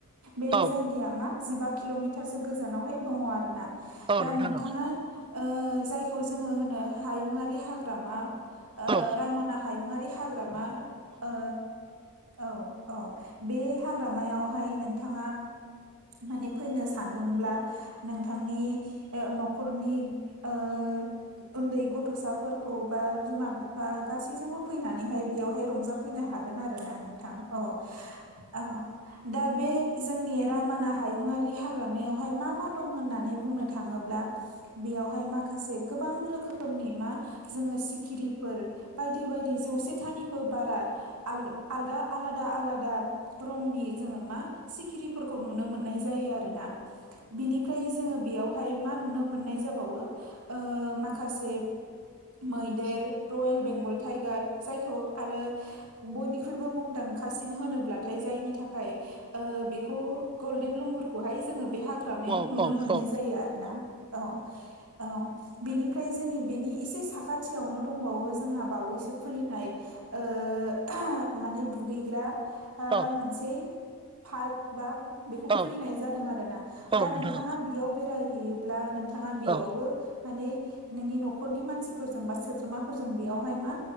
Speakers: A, on the right; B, on the right.
A: बे
B: औ
A: जायगाया मा जिबा किल'मिटारसो गोजानावहाय दङ आरो ना
B: औ
A: दा
B: नोंथां
A: नोंथाङा
B: औ
A: ओ जायखौ जोङो होनो हायुङारि हाग्रामा ओ
B: औ
A: रायमना हायुंआरि हाग्रामा औ औ अ बे हाग्रामायावहाय नोंथाङा माने फैनो सानदोंब्ला नोंथांनि ओ न'खरनि ओ उन्दै गथ'साफोर खौ बा बिमा बिफा गासैजोंबो फैनानैहाय बेयावहाय रंजाफैनो हागोन आरोना नों दा ओ औ दा बे जोंनि रायमना हायुङारि हाग्रामायावहाय मा मा दं होननानै बुंनो थाङोब्ला बेयावहाय माखासे गोबां रोखो रोखोमनि मा जोङो सिखिरिफोर बायदि बायदि जौसेथानिबो बारा आदा आलादा आलादा रंनि जोङो मा सिखिरि फोरखौ नुनो मोननाय जायो आरोना बिनिफ्राय जोङो बेयाव हाय मा नुनो मोननाय जाबावो ओ माखासे मैदेर रयेल बेंगल टाइगार जायखौ आरो बयनिख्रुइबो मुंदांखासिन होनोब्लाथाय जायनि थाखाय ओ बेख गल्डेन लंगुर हाय जोङो बे हाग्रामायाव
B: औ
A: नुनो
B: औ
A: मोननाय
B: औ
A: जायो आरोना औ औ बेनिफ्राय जोंनि बेनि एसे साखाथियावनो दंबावो जोंहा बावैसो खुलिनाय। ओ ओह माने दुगैग्रा।
B: औ
A: मोनसे पार्क बा बेखौ
B: औ
A: खुलिनाय जादों आरो ना
B: औ
A: दा
B: नोंथां
A: नोंथाङा बेयाव बेरायहैयोब्ला नोंथाङा
B: औ
A: बेयावबो माने नोंनि न'खरनि मानसिफोरजों बा सोद्रोमाफोरजों बेयावहाय मा